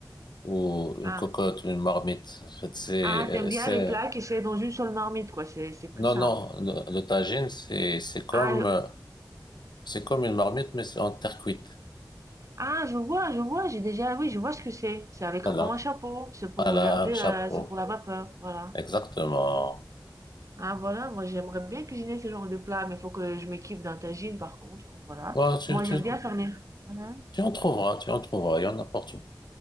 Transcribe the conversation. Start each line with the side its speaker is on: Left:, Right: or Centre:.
Left: ou une
Right: Ah,
Left: cocotte ou une marmite. En fait, c'est,
Right: ah t'aimes
Left: euh,
Right: bien
Left: c'est,
Right: les plats qui sont dans une seule marmite, quoi, c'est c'est plus
Left: non,
Right: simple.
Left: non, le, le tagine, c'est, c'est comme,
Right: Ah,
Left: euh, c'est comme une marmite, mais c'est en terre cuite.
Right: Ah, je vois, je vois, j'ai déjà, oui, je vois ce que c'est. C'est avec
Left: Voilà.
Right: un, comme un chapeau. C'est pour
Left: Voilà,
Right: regarder,
Left: un chapeau.
Right: la- c'est pour la vapeur, voilà.
Left: Exactement.
Right: Ah, voilà, moi j'aimerais bien cuisiner ce genre de plat, mais il faut que je m'équipe d'un tagine par contre, voilà.
Left: Bon, tu,
Right: Moi
Left: tu,
Right: j'aime bien faire les. Mhm.
Left: tu en trouveras, tu en trouveras, il y en a partout.